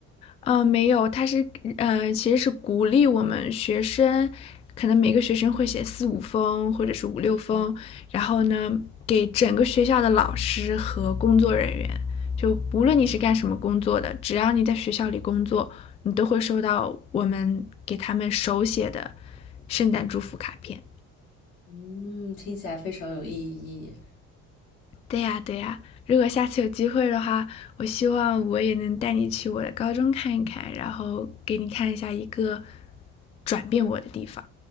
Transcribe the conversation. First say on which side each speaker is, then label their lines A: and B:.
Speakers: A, on the left (about 15°); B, on the left (about 70°).
A: 呃，没有，他是呃，其实是鼓励我们学生，可能每个学生会写四五封或者是五六封，然后呢，给整个学校的老师和工作人员，就无论你是干什么工作的，只要你在学校里工作，你都会收到我们给他们手写的圣诞祝福卡片。
B: 嗯，听起来非常有意义。
A: 对呀，对呀，如果下次有机会的话，我希望我也能带你去我的高中看一看，然后给你看一下一个转变我的地方。